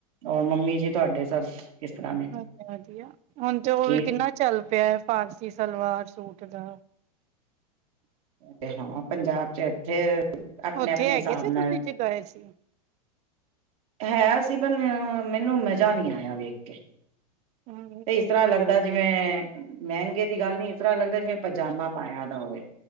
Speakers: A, on the right; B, on the right.
A: ਹੋਰ ਮੰਮੀ ਜੀ ਤੁਹਾਡੇ ਸਭ ਕਿਸ ਤਰ੍ਹਾਂ ਨੇ
B: ਵਧੀਆ ਵਧੀਆ ਹੁਣ ਤੇ ਉਹ
A: ਠੀਕ
B: ਵੀ ਕਿੰਨਾ ਚੱਲ ਪਿਆ ਫਾਂਸੀ ਸਲਵਾਰ ਸੂਟ ਦਾ।
A: ਤੇ ਹਾਂ ਪੰਜਾਬ ਚ ਇੱਥੇ ਆਪਣੇ
B: ਉੱਥੇ
A: ਆਪਣੇ
B: ਹੈਗੇ
A: ਹਿਸਾਬ
B: ਸੀ
A: ਨਾਲ
B: ਤੁਸੀਂ ਜੇ ਗਏ ਸੀ।
A: ਹੈ ਸੀ ਪਰ ਮੈਨੂੰ ਮਜ਼ਾ ਨਹੀਂ ਆਇਆ ਵੇਖ ਕੇ
B: ਹੂ ।
A: ਤੇ ਇਸ ਤਰ੍ਹਾਂ ਲੱਗਦਾ ਜਿਵੇਂ ਮਹਿੰਗੇ ਦੀ ਗੱਲ ਨੀ ਇਸ ਤਰ੍ਹਾਂ ਲੱਗਦਾ ਜਿਵੇਂ ਪਜਾਮਾ ਪਾਇਆ ਦਾ ਹੋਵੇ।